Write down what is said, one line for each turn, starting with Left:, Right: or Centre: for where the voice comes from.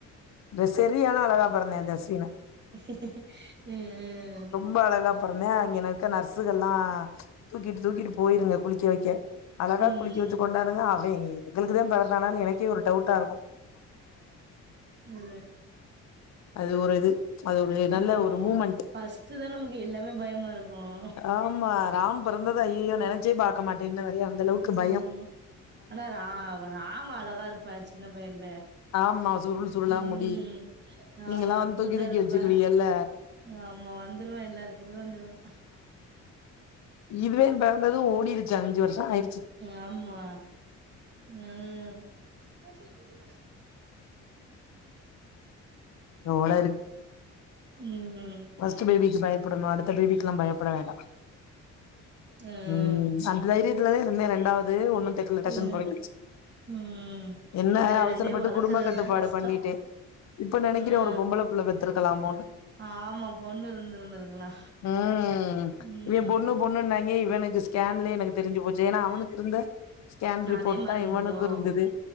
Left: ந்த செரியான அழகா பெறந்தா இந்த சீனு
Right: ம் உம் உம்
Left: ரொம்ப அழகா பொறந்தான் அங்கென இருக்க நர்ஸுகள்லா தூக்கிட்டு தூக்கிட்டு போயிருங்க குளிக்க வக்கெ அழகா
Right: ம்
Left: குளிக்க வச்சு
Right: ம்
Left: கொண்டாருங்க ஏய் எங்களுக்குதா பிறதானானு எனக்கே ஒரு டவுட்டாருக்கு
Right: ஆ
Left: அது ஒரு இது அது ஒரு நல்ல
Right: ஆமா
Left: ஒரு மூமெண்ட்
Right: ஃபஸ்ட்டு தான் நமக்கு எல்லாமே பயமாருக்கும்
Left: ஆமா ராம் பெறந்தத ஐய்யய்யோ நெனச்சே பாக்க மாட்டே இன்னவர அந்தளவுக்கு
Right: ஆமா
Left: பயோ
Right: ஆனா ரா ராம் அழகா இருப்பா சின்ன பயன்ல
Left: ஆமா சுருள் சுருளா
Right: உம்
Left: முடி நீங்கல்லா
Right: ஆமா
Left: வந்து
Right: கியூட்டா
Left: தூக்கி தூக்கி
Right: ருப்பா
Left: வச்சுக்குவீகல்ல
Right: ஆமா வந்துருவான் எல்லார்ட்டைமே வந்துருவான்
Left: இவே பெறந்ததும் ஓடிருச்சு அஞ்சு வர்ஷோ ஆயி
Right: ஆமா ம் ம்
Left: இதோட
Right: ம் உம்
Left: பஸ்ட் பேபிக்கு பயப்படணு அடுத்த பேபிக்கெல்லா பயப்பட வேண்டா
Right: ம்
Left: உம் அந்த தைரியத்துல தான் இருந்தே ரெண்டாவது ஒண்ணு பெத் ட்ருல டக்குனு
Right: ம்
Left: பழகிடிச்சு
Right: ம்
Left: என்ன
Right: ஆனா இது
Left: அவசரப்பட்டு
Right: ரெண்டையு வளக்கறதுதா
Left: குடும்ப கட்டுப்பாடு
Right: கஷ்டோ
Left: பண்ணிட்டே இப்ப நெனக்கிறே
Right: ம்
Left: ஒரு பொம்பள புள்ள பெத்துருக்கலாமோன்னு
Right: ஆமா பொண்ணு இருந்திருந்திருக்கலா
Left: உம்
Right: ம்
Left: இவ பொண்ணு பொண்ணு னாங் மீ இவனுக்கு ஸ்கேன்ல எனக்கு தெரிஞ்சு போச்சு ஏன்னா அவனுக்கு இருந்த ஸ்கேன் ரிப்போர்ட்
Right: அதே மாரி
Left: தா
Right: இருந்ததோ
Left: இவனுக்கு இருந்தது